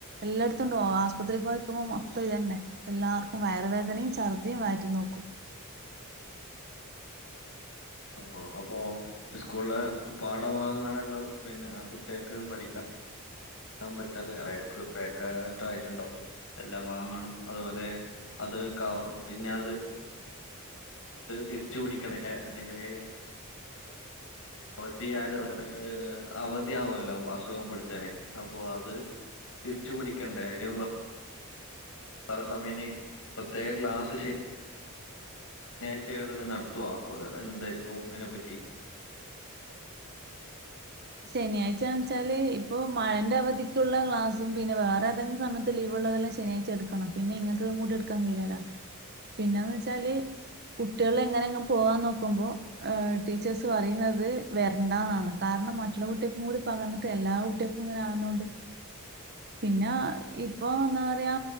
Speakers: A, on the right (about 50°); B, on the left (about 65°).
A: എല്ലായിടത്തുണ്ടോ ആസുപത്രിയിൽ പോ ക്കുമ്പോ മൊത്തം ഇതന്നെ എല്ലാർക്കും വയറ് വേദനിം ഛർതിം വയറ്റു നോക്കും
B: ആഹ് അപ്പോ സ്കൂളില് പാഠഭാഗങ്ങളെല്ലാം പിന്നെ കുട്ടികൾക്ക് പഠിക്കാ ൻ പറ്റാതെ ബക്ക് ബേക്കാറ്റ ആയിട്ടുണ്ടാവു എല്ലാ ഭാഗങ്ങളും അതുപോലെ അത് ക പിന്നെ അത് തിരിച്ചു പിടിക്കണക്കെ അല്ലെങ്കില് <unintelligible> അവധിയവുല്ലോ അസുഖം പിടിച്ചാല് അപ്പൊ അത് തിരിച്ചു പിടിക്കണ്ടേ അയിന് വേറെ സമയനി പ്രത്യക ക്ലാസ്സ് ശ നേച്ചകൾ നടത്തുവ എന്തായിരിക്കും അയിനെപ്പറ്റി
A: ശനിയാഴ്ചന്ന് വെച്ചാല് ഇപ്പൊ മഴന്റെ അവധിക്കുള്ള ക്ലാസ്സും പിന്നെ വേറെ ഏതെങ്കും സമയത്ത് ലീവ് ഉള്ളതെല്ലാം ശനിയാഴ്ച എട്ക്കണം പിന്നെ ഇങ്ങക്ക് കൂടി ഇട്ക്കാൻ കയിലലോ പിന്നെന്ന് വെച്ചാല് കുട്ട്യാള് എങ്ങനെങ്ങ് പോവാൻ നോക്കുമ്പോ ടീച്ചേഴസ് പറയുന്നത് വരണ്ടന്നാണ് കാരണം ച്ചില കുട്ട്യാക്കു കൂടി പകർന്ന്ട്ട് എല്ലാ കുട്ട്യാക്കും ഇങ്ങനെ ആവുനോണ്ട് പിന്ന ഇപ്പൊ എന്ന റയാ